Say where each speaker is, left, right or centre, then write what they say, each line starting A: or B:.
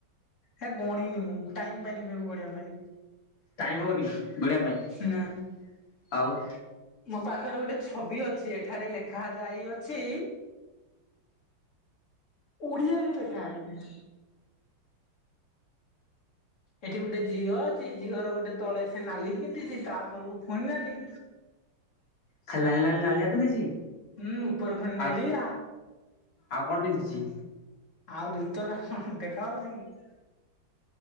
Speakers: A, on the left; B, on the left.
A: ହେ ଗଣିନି ମୁଁ ଟାଇମ୍ ପାଇଁନିତାକୁ ଗଣିଆ ପାଇଁ।
B: ଟାଇମ ହଉନି ଗଣିଆ ପାଇଁ
A: ନା।
B: ଆଉ।
A: ମୋ ପାଖରେ ଗୋଟେ ଛବି ଅଛି ଏଠାରେ ଲେଖା ଯାଇଅଛି ଓଡିଆରେ ଲେଖା ଆଇଚି। ଏଠି ଗୋଟେ ଝିଅ ଅଛି, ଝିଅର ଗୋଟେ ତଳେ ସେ ନାଲି ପିନ୍ଧିଛି, ତା ତଳକୁ ଫୁଣି ନାଲି
B: ଖାଲି ନାଲି ନାଲି ନାଲିଆ ପିନ୍ଧିଚି
A: ହୁଁ ଉପରେ ପୁଣି ନେଳିଆ
B: ଆଉ। ଆଉ କଣ ପିନ୍ଧିଛି?
A: ଆଉ ଭିତର ହୁଁ ହୁଁ ଦେଖାଯାଉଛି କି?